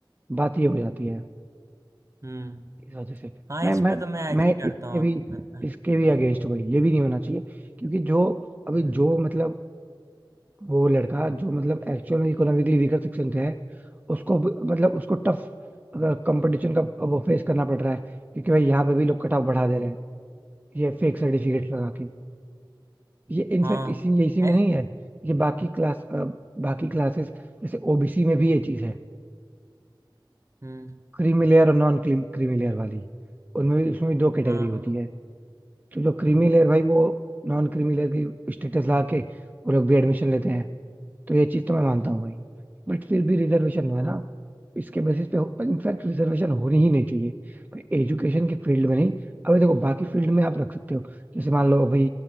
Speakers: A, on the right; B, on the right.
A: बात ये हो जाती है
B: हम्म
A: इस वजह से
B: हाँ
A: मैं
B: इस
A: मैं
B: पे तो मैं एग्री
A: मैं
B: करता
A: इसके
B: हूँ
A: भी
B: आपकी बात पर
A: इसके भी
B: हाँ
A: अगेंस्ट भाई ये भी नहीं होना चाहिए क्योंकि जो अभी
B: हम्म
A: जो मतलब वो लड़का जो मतलब एक्चुअल में इकोनॉमिकली वीकर सेक्शन से है उसको भी- मतलब उसको टफ कंपटीशन का वो फेस करना पड़ रहा है क्योंकि भाई यहाँ पे भी लोग कट ऑफ बढ़ा दे रहे हैं ये फेक सर्टिफिकेट लगा के ये इनफैक्ट
B: हाँ
A: इसी ये इसी में
B: है
A: नहीं है ये बाकी
B: हम्म
A: क्लास बाकी क्लासेस जैसे ओबीसी में भी ये चीज है
B: हम्म,
A: क्रीमी लेयर और नॉन क्रीमी लेयर वाली उनमें भी उसमें भी दो कैटेगरी
B: हाँ
A: होती
B: हाँ
A: है तो जो क्रीमी
B: हम्म
A: लेयर भाई वो नॉन क्रीमी लेयर की स्टेटस लगा के वो लोग भी एडमिशन लेते हैं तो ये चीज तो मैं मानता हूँ भाई बट फिर भी रिजर्वेशन है ना इसके बेसिस पे इनफैक्ट रिजर्वेशन होनी ही नहीं चाहिए पर एजुकेशन के फील्ड में नहीं अभी देखो बाकी फील्ड में आप रख सकते हो जैसे मान लो अभी